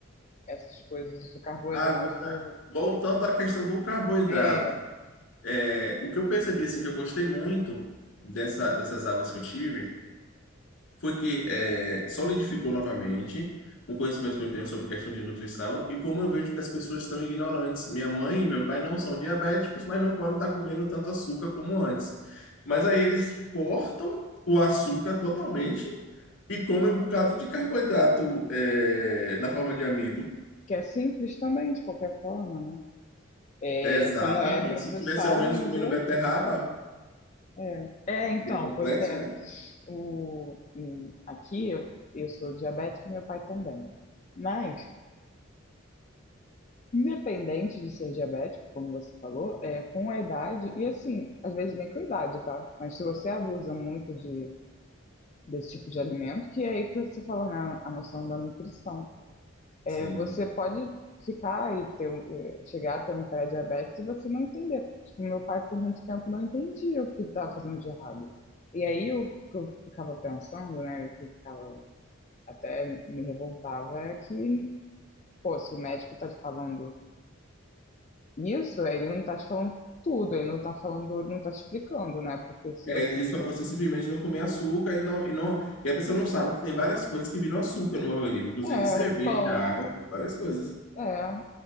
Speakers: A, on the left (about 35°); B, on the left (about 85°).
A: essas coisas do carboidrato
B: Agora, voltando
A: foi.
B: à questão do carboidrato,
A: É,
B: é, o que eu percebi, assim, que eu gostei muito dessa, dessas aulas que eu tive, foi que é, solidificou novamente um conhecimento que eu tenho sobre questão de nutrição e como eu vejo que as pessoas estão ignorantes. Minha mãe e meu pai não são diabéticos, mas não podem estar comendo tanto açúcar como antes. Mas aí eles cortam o açúcar totalmente E come um bocado de carboidrato é, na forma de amido.
A: que é simples também, de qualquer forma, né? É,
B: Exatamente.
A: só não é processado,
B: Se tivesse ao menos
A: mas
B: comendo
A: é,
B: beterraba,
A: é. É, então,
B: que é complexo,
A: pois é.
B: né?
A: O, o- aqui eu, eu sou diabética e meu pai também. Mas, independente de ser diabético, como você falou, é, com a idade, e assim, às vezes nem com a idade, tá? Mas se você abusa muito de, desse tipo de alimento, que é aí que você falou, né, a noção da nutrição. É,
B: Sim.
A: você pode ficar e ter, um- eh, chegar a ter um pré-diabetes e você não entender. Tipo, meu pai por muito tempo não entendia o que estava fazendo de errado. E aí o que eu ficava pensando, né, o que eu ficava até me revoltava é que, pô, se o médico tá te falando isso, ele não tá te falando tudo, ele não tá falando, não tá te explicando, né? Porque se
B: É,
A: você
B: ele disse para você simplesmente não comer açúcar e não, e não. E a pessoa não sabe que tem várias coisas que viram açúcar no organismo, inclusive
A: é
B: cerveja,
A: o pão,
B: álcool, várias coisas.
A: é,